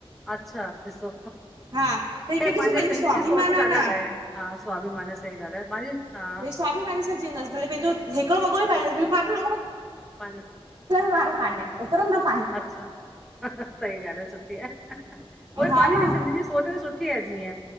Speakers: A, in the centre; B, on the right.
A: अच्छा ॾिसो।
B: हा त हिकु
A: हे पंहिंजे
B: ॾिसो पंहिंजो
A: सिंधियुनि
B: स्वाभिमान
A: जी सोच त
B: आ
A: अलॻि
B: न
A: आहे, हा स्वाभिमान सही ॻाल आ। <unintelligible>
B: स्वाभाविक सा जींदस भले पंहिंजो हिकड़ो वॻो ॿि पाईंदस भले फाटल
A: पंहिंजो
B: वॻो पाईंदस <unintelligible>
A: अच्छा सही ॻाल आ सुठी आ। उवई
B: हा
A: पंहिंजी
B: न
A: त सिंधियुनि जी सोच त सुठी आये जीअं,